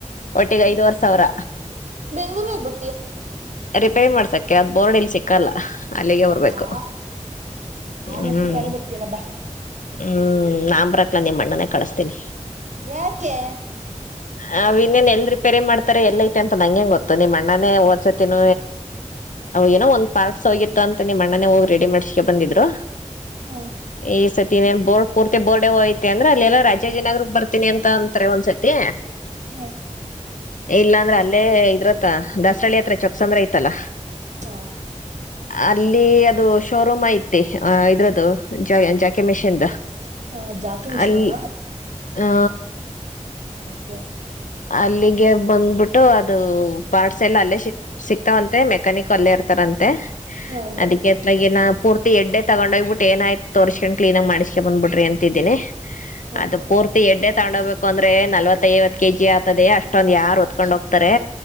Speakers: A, on the left (about 80°); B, on the right (about 70°).
A: ಒಟ್ಟಿಗೆ ಐದುವರೆ ಸಾವಿರ.
B: ಬೆಂಗಳೂರುಗ್ ಯಾಕ್ ಬ
A: ರಿಪೇರಿ ಮಾಡ್ಸಕ್ಕೆ ಅದು ಬೋರ್ಡ್ ಇಲ್ಲಿ ಸಿಕ್ಕಲ್ಲ. ಅಲ್ಲಿಗೆ ಬರ್ಬೇಕು
B: ಹಾ ಆ
A: ಹ್ಮ್
B: ನೆಪುಕಾರು ಬತ್ತಿಯಲ್ಲ ಬಾ.
A: ಹ್ಮ್ ನಂಬ್ರಕ್ಲ ನಿಮ್ಮ್ ಅಣ್ಣುನೇ ಕಳಸ್ತೀನಿ.
B: ಯಾಕೆ
A: ಅವ ಇನ್ನೇನ್ ಎಲ್ ರಿಪೇರೆ ಮಾಡ್ತ. ರ ಎಲ್ಲ ಐತೆ ಅಂತ ನಂಗೆಂಗ ಗೊತ್ತು ನಿಮ್ಮ ಅಣ್ಣನಾನ ಓದಸತಿನ ಏನೋ ಒಂದು ಪಾರ್ಟ್ಸ್ ಹೋಗಿತ್ತು. ಅಂತ ನಿಮಣ್ಣನೇ ಹೋಗಿ ರೆಡಿ ಮಾಡ್ಸಕ ಬಂದಿದ್ರು
B: ಹ್ಮ
A: ಈ ಸತಿನ್ ಬೋರ್ ಪೂರ್ತಿ ಬೋರ್ಡೆ ಹ ಐತೆತಿ ಅಂದ್ರೆ ಅಲ್ಲೆಲ್ಲಾ ರಾಜಾಜಿನಗರ್ ಬರ್ತಿನನಿ ಅಂತ ಅಂತಾರೆ ಒಂದ್ಸತಿ.
B: ಹ್ಮ್
A: ಇಲ್ಲಾ ಅಂದ್ರ ಅಲ್ಲೇ ಇದ್ರತ್ರ ದಸರಳ್ಳಿ ಹತ್ರ ಚೊಕ್ಸಂದ್ರ ಐತಲ್ಲಾ.
B: ಹಾ
A: ಅಲ್ಲಿ ಅದು ಶೋರೂಮ್ ಐತಿ. ಆ ಇದ್ರದದು ಜಯ ಜಾಕಿ ಮೆಷಿಂದು.
B: ಹ ಜಾಕಿ ಮಿಷಿನಾ
A: ಅಲ್ಲಿ ಹಾ
B: ಓಕೆ
A: ಅಲ್ಲಿಗೆ ಬಂದ್ಬಿಟ್ಟು ಅದು. ಪಾರ್ಟ್ಸ್ ಎಲ್ಲ ಅಲ್ಲೇ ಸಿ ಸಿಕ್ತಾವಂತೆ ಮೆಕ್ಯಾನಿಕ್ ಅಲ್ಲೇ ಇರ್ತಾರಂತೆ
B: ಹ್ಮ
A: ಅದಕ್ಕೆ ಹತ್ತಾಗಿನ. ಪೂರ್ತಿ ಎಡ್ಡೆ ತಗೊಂಡ ಹೋಗ್ಬಿಟ್ಟ ಏನಾಯ್ತ ತೋರ್ಸಕ್ಕೊಂಡು ಆಂಗ ಮಾಡಸ್ಕೊಂಡು ಬಂದ್ ಬಿಡ್ರಿ ಅಂತಿದ್ದಿನಿ.
B: ಹ್ಮ್
A: ಅದು ಪೂರ್ತಿ ಎಡ್ಡೆ. ತಗೊಂಡೋಗ್ಬೇಕು ಅಂದ್ರೆ ನಲ್ವತ್ತ ಐವತ್ ಕೆ ಜಿ ಆತದೆ ಅಷ್ಟೊಂದ್ ಯಾರ್ ಒತ್ಕೊಂಡ್ ಹೋಗ್ತಾರೆ.